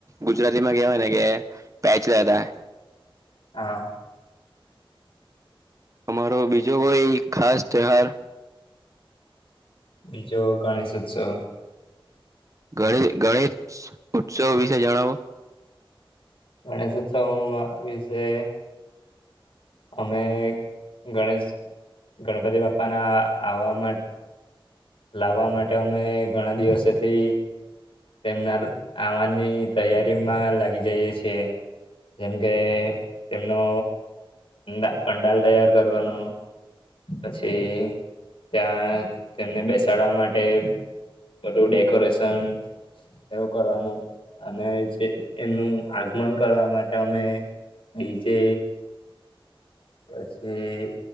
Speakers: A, on the right; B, on the left.
A: ગુજરાતી માં કેવાય ને કે પેચ લડાતા,
B: હા.
A: અમારો બીજો કોઈ ખાસ ત્યોહાર,
B: બીજો ગણેશ ઉત્સવ,
A: ગણ ગણેશ ઉત્સવ વિશે જણાવો.
B: ગણેશ ઉત્સવ વિશે, અમે ગણેશ ગણપતિ બાપ્પાના આવવા માટ લાવવા માટે અમે ઘણા દિવસેથી તેમના આવવાની તૈયારી માં લાગી જઈએ છે. જેમ કે તેમનો ના પંડાલ તૈયાર કરવાનું, પછી ત્યાં તેમને બેસાડવા માટે બધું ડેકોરેશન એવું કરવાનું, અને જે એમનું આગમન કરવા માટે અમે ડી જે પછી